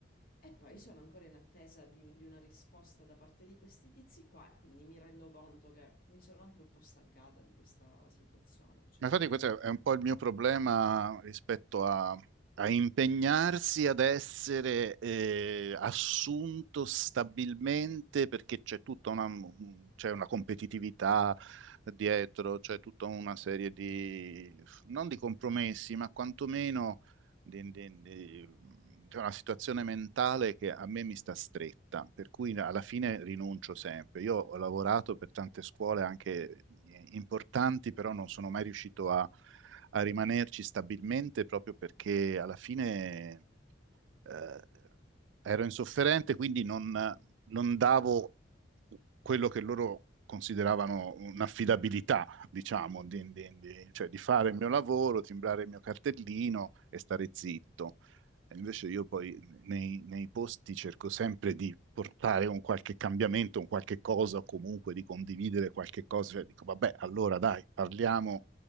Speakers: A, on the left (about 50°); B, on the right (about 75°).
A: E poi sono ancora in attesa di, un- di una risposta da parte di questi tizi qua e quindi mi rendo conto che mi sono anche un po' stancata di questa situazione. Cioè.
B: Ma infatti questo è un po' il mio problema rispetto a, a impegnarsi ad essere eh, assunto stabilmente perché c'è tutta una, c'è una competitività dietro, c'è tutta una serie di, non di compromessi, ma quantomeno di, di- di- di una situazione mentale che a me mi sta stretta, per cui alla fine rinuncio sempre. Io ho lavorato per tante scuole anche eh, importanti, però non sono mai riuscito a, a rimanerci stabilmente proprio perché alla fine eh, ero insofferente, quindi non, non davo quello che loro consideravano un'affidabilità, diciamo, di, di- di- cioè di fare il mio lavoro, timbrare il mio cartellino e stare zitto. E invece io poi nei, nei posti cerco sempre di portare un qualche cambiamento, un qualche cosa, o comunque di condividere qualche cosa, cioè dico, vabbè, allora dai, parliamo